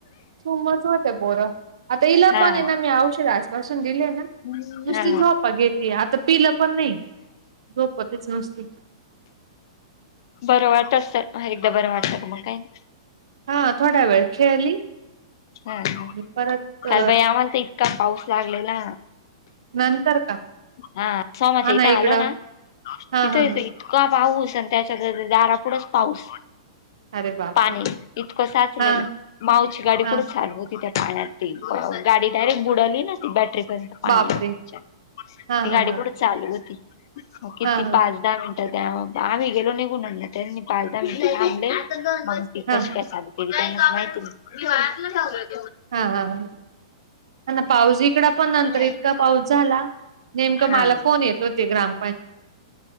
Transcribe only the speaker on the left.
हा
हा
बरं वाटत तर हा एकदा बरं वाटतं काय मग काय नी.
हा हा
काल बाई आम्हाला तर इतका पाऊस लागलेला.
हा सोमच
आहे इथं आलो
ना
तिथे
ते इतका पाऊस आणि त्याच्यात द दारापुढंच पाऊस.
पाणी इतकं साचलेला
मावची गाडी
कुठे चालू त्या पाण्यात गाडी डायरेक्ट बुडली ना बॅटरी पाणी
गाडी
कठ चालू होती किती
पाच दहा मिनट आम्ही गेलो निघून म्हण पाळता म थांबले माहिती
कशी काय चालते त्यांनाच माहिती
नाही.
हा